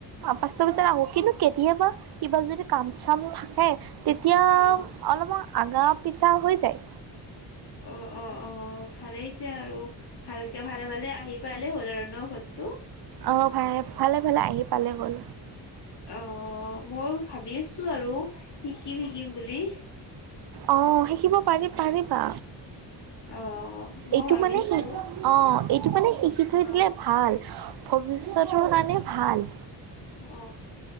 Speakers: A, on the right; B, on the left.
A: পাঁচটা বজাত আহো কিন্তু কেতিয়াবা কিবা যদি কাম চাম থাকে। তেতিয়া
B: অ
A: অলপমান আগাপ। পিছা হৈ যায়।
B: অ অ অ ভালেই এতিয়া আৰু ভালকে ভালে ভালে আহি পালালে হ'ল আৰু ন ঘতটো।
A: অঁ ভাই ভালে ফালে আহি পালে হ'ল।
B: অ মই ভাবি আছো আৰু। শিকিম শিকিম বুলি।
A: অ শিকিব পাৰি পাৰিবা।
B: অ মই
A: এইটো
B: ভাবিছো
A: মানে অ এইটো মানে শিকি থৈ
B: অ
A: দিলে ভাল। ভৱিষ্যতৰ কাৰণে ভাল।
B: অ